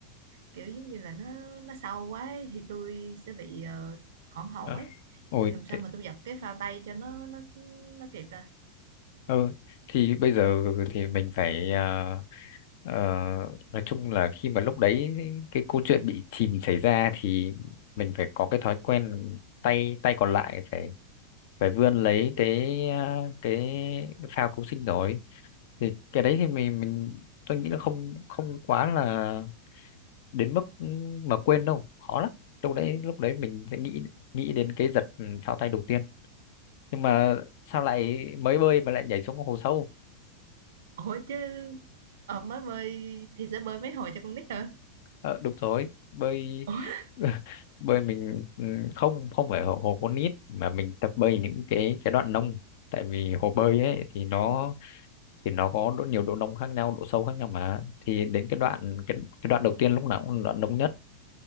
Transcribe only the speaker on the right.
kiểu giống như là nó nó sâu quá ấy, thì tôi sẽ bị ờ, hoảng hồn
ấy
làm sao
mà tôi giật cái phao tay cho nó nó nó kịp ta
ủa chứ ờ, mới bơi thì sẽ bơi mấy hồi cho con nít hả
ủa
à,